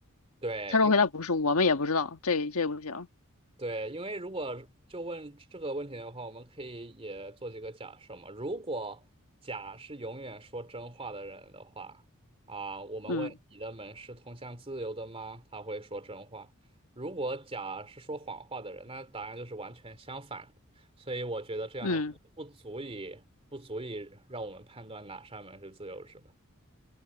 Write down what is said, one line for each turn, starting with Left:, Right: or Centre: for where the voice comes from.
Right: 对，
Left: 他如果回答不是，
Right: 因为
Left: 我们也不知道，这这不行。
Right: 对，因为如果就问这个问题的话，我们可以也做几个假设嘛。如果甲是永远说真话的人的话，啊，我们问你的门是通向自由的吗？
Left: 嗯
Right: 他会说真话。如果甲是说谎话的人，那答案就是完全相反的。所以我觉得这样的话不足以不足以让我们判断哪扇门是自由是吧？
Left: 嗯，